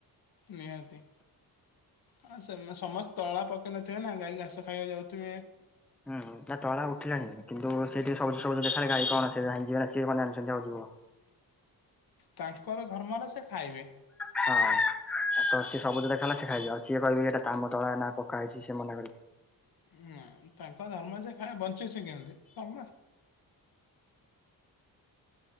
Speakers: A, on the left; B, in the centre.
A: ନିହାତି ହଁ ସେ ସମସ୍ତେ ତଳା ପକେଇ ନଥିବେ ନା ଗାଈ ଘାସ ଖାଇବାକୁ ଯାଉଥିବେ।
B: ହୁଁ ତା ତଳା ଉଠିଲାଣି କିନ୍ତୁ ସେ ଟିକେ ସବୁଜ ସବୁ ଦେଖାେ ଗାଈ କଣ ସେ ଯାଇଇଯିବ ନା ସେଏ କଣ ଜ ହଉଯିବ।
A: ତାଙ୍କର ଧର୍ମ ହେଲା ସେ ଖାଇବେ।
B: ହଁ ତ ସିଏ ସବୁ ଜୋତେ ଖେଲା ସେ ଖାଇଛିିବ ଆଉ ସିଏ କହିବେ ଏଟା ତାମ୍ାମ ତଳା ନା ପକା ହେଇଛିିଏ ମନେ କରିବ।
A: ହୁଁ ତାଙ୍କ ଧର୍ମ ଯେ ଖା ବଞ୍ଚିଛି କିନ୍ତୁ ସବ